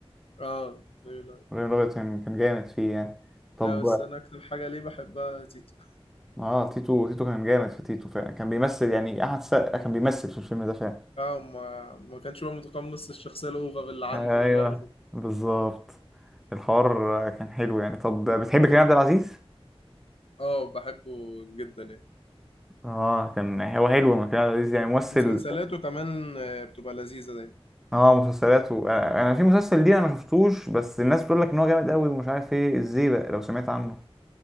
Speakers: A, on the left; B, in the centre.
A: اه لا
B: إبراهيم الأبيض كان كان جامد فيه يعني طب
A: لا، بس انا اكتر حاجه ليه بحبها تيتو
B: اه تيتو تيتو كان جامد في تيتو فعلا كان بيمثل يعني أحمد السقا كان بيمثل في الفيلم ده فعلا
A: اه ما ما كانش بقى متقمص الشخصية الأوفر اللي عنده
B: ايوه
A: دلوقتي
B: بالظبط الحوار كان حلو يعني طب بتحب كريم عبد العزيز؟
A: اه بحبه جدا يعني
B: اه كان هو حلو من كريم عبد العزيز يعني ممثل
A: مسلسلاته كمان آه، بتبقى لذيذة دي
B: اه مسلسلاته آه، انا في مسلسل ليه انا ما شفتوش بس الناس بتقول لك ان هو جامد قوي ومش عارف ايه ازاي بقى لو سمعت عنه